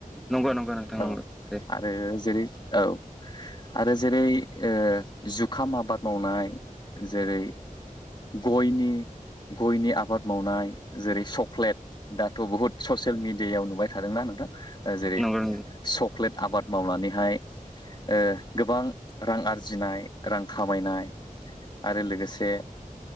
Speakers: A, in the centre; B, on the left.
A: नंगौ नंगौ नोंथां
B: औ
A: नंगौ दे
B: जेरै औ। आरो जेरै ओ जुखाम आबाद मावनाय जेरै गयनि गयनि आबाद मावनाय जेरै चक्लेट दाथ' बुहुत ससियेल मिडियायाव नुबाय थादोंना नोंथां
A: नंगौ
B: जेरै
A: नंगौ
B: सक्लेट आबाद मावनानैहाय ओ गोबां रां आरजिनाय रां खामायनाय। आरो लोगोसे